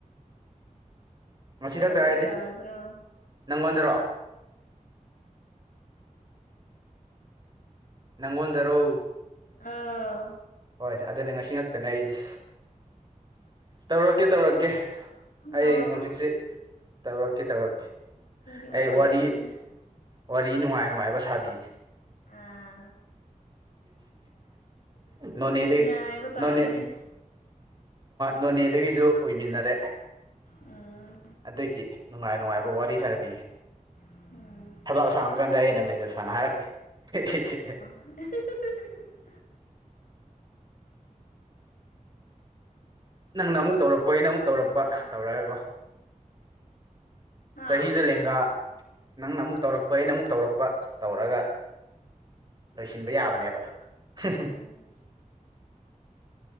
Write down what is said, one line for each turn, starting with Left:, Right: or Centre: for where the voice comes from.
Left: ꯑꯗꯨꯝ
Right: ꯃꯁꯤꯊꯛꯇ
Left: ꯇꯧꯔꯛꯄ
Right: ꯍꯥꯏꯗꯤ
Left: ꯌꯥꯗ꯭ꯔꯥ
Right: ꯅꯪꯉꯣꯟꯗꯔꯣ ꯅꯉꯣꯟꯗꯔꯣ
Left: ꯑꯥ
Right: ꯍꯣꯏꯦ ꯑꯗꯨꯅꯦ ꯉꯁꯤ ꯉꯛꯇꯅꯦ ꯑꯩꯗꯤ ꯇꯧꯔꯛꯀꯦ ꯇꯧꯔꯛꯀꯦ
Left: ꯑꯗꯨꯝ
Right: ꯑꯩ
Left: ꯇꯧꯔꯛꯑꯣ
Right: ꯍꯧꯖꯤꯛꯖꯦ ꯇꯧꯔꯛꯀꯦ ꯇꯧꯔꯛꯀꯦ
Left: ꯑꯩꯗꯤ
Right: ꯑꯩ
Left: ꯎꯄꯥꯏ
Right: ꯋꯥꯔꯤ
Left: ꯂꯩꯇ꯭ꯔꯦ
Right: ꯋꯥꯔꯤ ꯅꯨꯡꯉꯥꯏ ꯅꯨꯡꯉꯥꯏꯕ ꯁꯥꯕꯤꯒꯦ
Left: ꯑꯥ
Right: ꯅꯣꯅꯦꯗꯩ
Left: ꯉꯥꯏꯕ ꯇꯥꯔꯦꯅꯦ
Right: ꯅꯣꯅꯦ ꯅꯣꯅꯦꯗꯒꯤꯁꯨ ꯑꯣꯏꯃꯤꯟꯅꯔꯦ
Left: ꯎꯝ
Right: ꯑꯗꯒꯤ ꯅꯨꯡꯉꯥꯏ ꯅꯨꯡꯉꯥꯏꯕ ꯋꯥꯔꯤ ꯁꯥꯟꯅꯕꯤꯒꯦ
Left: ꯎꯝ
Right: ꯊꯕꯛ ꯁꯥꯡꯉꯀꯥꯟꯗ ꯑꯩꯅ ꯃꯦꯁꯦꯖ ꯁꯥꯟꯅ ꯍꯥꯏꯔꯛꯀꯦ <inaudible>
Left: <inaudible>
Right: ꯅꯪꯅ
Left: ꯀꯅꯥꯅꯣꯅꯦ
Right: ꯑꯃꯨꯛ ꯇꯧꯔꯛꯄ ꯑꯩꯅ ꯑꯃꯨꯛ ꯇꯧꯔꯛꯄ ꯇꯧꯔꯒꯀꯣ
Left: ꯍꯥꯥ
Right: ꯆꯍꯤꯖꯦ ꯂꯦꯡꯒꯥ ꯅꯪꯅ ꯑꯃꯨꯛ ꯇꯧꯔꯛꯄ ꯑꯩꯅ ꯑꯃꯨꯛ ꯇꯧꯔꯛꯄ ꯇꯧꯔꯒ ꯂꯣꯏꯁꯤꯟꯕ ꯌꯥꯕꯅꯦꯕ ꯍꯝ-ꯍꯝ
Left: ꯎꯝ